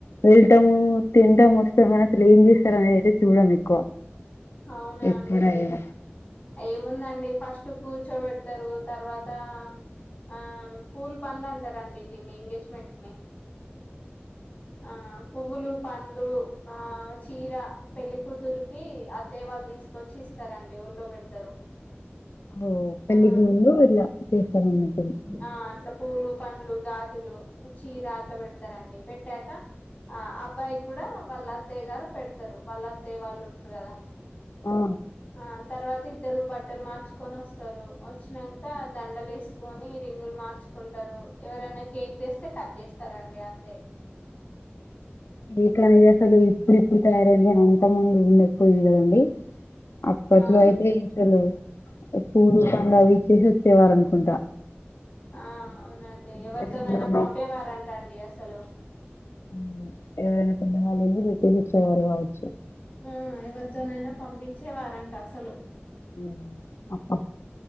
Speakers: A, on the left; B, on the left.
A: వెళ్తము తింటాం వస్తాం అసలు ఏం చేస్తారు అని అయితే చూడం ఎక్కువ
B: అవునా
A: ఎప్పుడైనా
B: అండి ఏముందండి ఫస్ట్ కూర్చో పెడుతరు తర్వాత ఆ పూల పండ్లు అంటారండి దీన్ని ఎంగేజ్మెంట్ ని ఆ పువ్వులు పండ్లు ఆ చీర పెళ్లికూతురికి అత్తయ్య వాళ్ళు తీసుకొచ్చి ఇస్తారండి ఒళ్ళో పెడతారు
A: ఓ పెళ్లి
B: ఆ
A: కి ముందు ఇట్ల చె స్థారాన్నట్టు
B: ఆ అట్లా పూలు పండ్లు గాజులు చీర అట్లా పెడతారండి పెట్టాక ఆ అబ్బాయి కూడా వాళ్ళ అత్తయ్య గారు పెడతరు వాళ్ళ అత్తయ్య వాళ్ళు ఉంటరు కదా
A: ఆ
B: ఆ తర్వాత ఇద్దరు బట్టలు మార్ ఇచ్చుకొని వస్తరు వచ్చినంక దండలు వేసుకొని రింగులు మార్చుకుంటరు ఎవరన్న కేక్ తెస్తే కట్ చేస్త సరే అండి అంతే
A: కేక్ అనేది అసలు ఇప్పుడు ఇప్పుడు తయారైందేమో అంత ముందు ఉండకపోయేది కదండి అప్పట్లో
B: ఆ
A: అయితే పైసలు పూలు పండ్లవి చేసి వచ్చేవారనుకుంటా
B: ఆ అవునండి ఎవరితొనైనా
A: రింగులు
B: పంపేవారంట అండి అసలు
A: మ్ ఎవరైన పెద్దవాళ్ళు వెళ్ళి పెట్టిపిచ్చేవారు కావచ్చు
B: ఉమ్ ఎవరితోనైనా పంపించేవారంట అసలు
A: హుమ్ అ ఆ